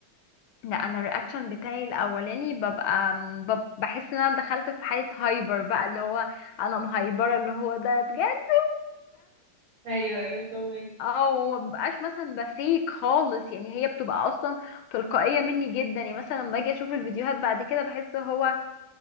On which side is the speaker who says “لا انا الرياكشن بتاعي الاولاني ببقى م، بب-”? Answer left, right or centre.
Left